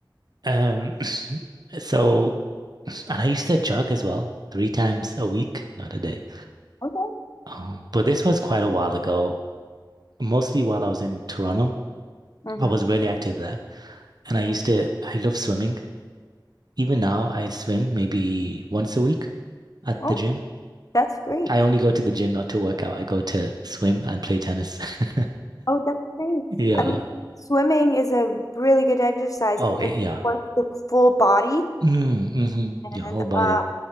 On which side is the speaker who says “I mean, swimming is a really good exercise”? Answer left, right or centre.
Left